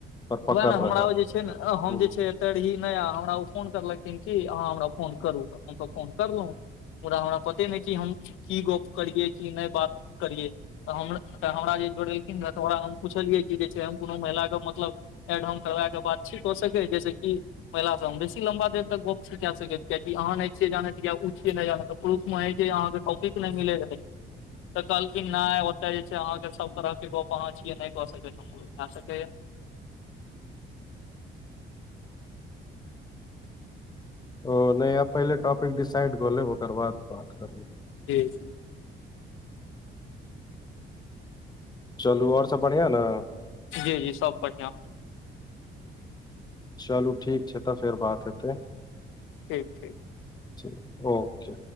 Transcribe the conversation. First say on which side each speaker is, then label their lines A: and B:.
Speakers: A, on the left (about 20°); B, on the left (about 85°).
A: पर पकड़
B: वएह ने
A: रहै
B: हमरा ओ जे छै ने ऐंह हम
A: हूँ
B: जे छै तरही नया हमरा ओ फोन करलखिन कि अहाँ हमरा फोन करू तऽ हम तऽ फोन करलहुँ पुरा हमरा पते नहि कि हम की गप करियै की नहि बात करियै तऽ हम तऽ हमरा जे जोड़लखिन रहए तऽ ओकरा हम पुछलियै कि जे छै हम कोनो महिलाके मतलब एड हम करबायके बाद ठीक हो सकै जैसे की पहिलासँ हम बेसी लम्बा देर तक गप <unintelligible> कैए सकै छी कियकि अहाँ नइ छियै जानै कि उ छियै जानय त ग्रुप मे है जे अहाँके टाॅपिक नइ मिलै रहै तऽ कहलखिन नहि ओतय जे छै अहाँके सब तरहके गप अहाँ छियै नहि कऽ सकैत भे सकैए
A: ओ नहि आ पहिले टॉपिक डिसाइड कऽ लेब ओकर बाद बात करब
B: जी जी
A: चलू और सब बढ़ियाँ ने
B: जी जी सब बढ़ियाँ
A: चलू ठीक छै तऽ फेर बात हेतै
B: ठीक ठीक
A: ठीक ओके